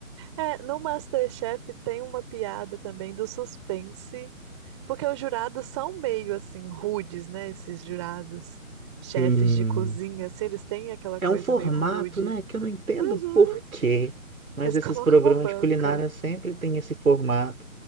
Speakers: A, on the right; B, on the right.
A: É, no MasterChef tem uma piada também do suspense, porque os jurados são meio assim rudes, né? Esses jurados, chefes
B: Sim.
A: de cozinha, assim, eles têm aquela
B: É
A: coisa
B: um formato,
A: meio rude.
B: né, que eu não entendo
A: Uhum.
B: por quê, mas
A: Eles
B: esses
A: colocam
B: programas
A: uma banca.
B: de culinária sempre têm esse formato.